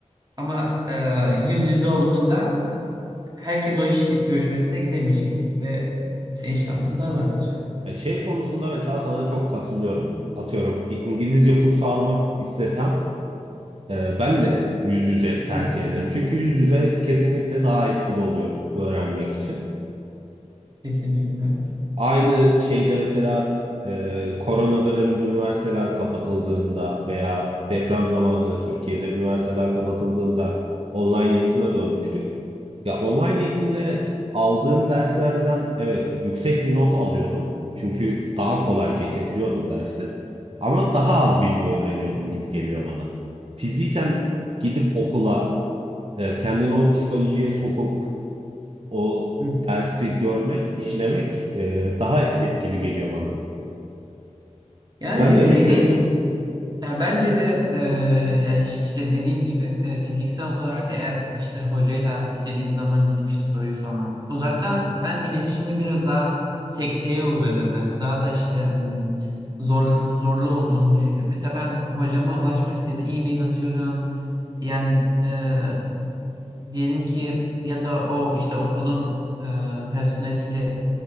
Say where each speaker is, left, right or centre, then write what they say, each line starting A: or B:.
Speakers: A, on the right; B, on the right.
A: Ama e, yüz yüze olduğunda herkes o iş görüşmesine gidemeyecek ve senin şansın daha da artacak.
B: Ya şey konusunda mesela sana çok katılıyorum. Atıyorum bir İngilizce kursu almak istesem e, ben de yüz yüze tercih
A: Hı hı,
B: ederim. Çünkü yüz yüze kesinlikle daha etkili oluyor öğrenmek için.
A: kesinlikle.
B: Aynı şeyde mesela e, korona döneminde üniversiteler kapatıldığında veya deprem zamanı Türkiye'de üniversiteler kapatıldığında online eğitime dönmüştük. Ya online eğitimde aldığım derslerden evet yüksek bir not alıyordum. Çünkü daha kolay geçebiliyordum dersi. Ama daha az bilgi öğreniyordum gibi geliyor bana. Fiziken gidip okula e, kendini o psikolojiye sokup o
A: Hı.
B: dersi görmek, işlemek e, daha etkili geliyor bana.
A: Yani
B: Sen
A: e,
B: ne düşünüyorsun?
A: de- Ya bence de eee, yani iş- işte dediğim gibi e, fiziksel olarak eğer işte hocayla istediğin zaman gidip işte soruyu sormak. Uzaktan ben iletişimin biraz daha sekteye uğradığını, daha da işte hmm, zor, zorlu olduğunu düşünüyorum. Mesela ben hocama ulaşmak istediğimde e-mail atıyorum. Yani eee, diyelim ki ya da o işte okulun eee, personeliyle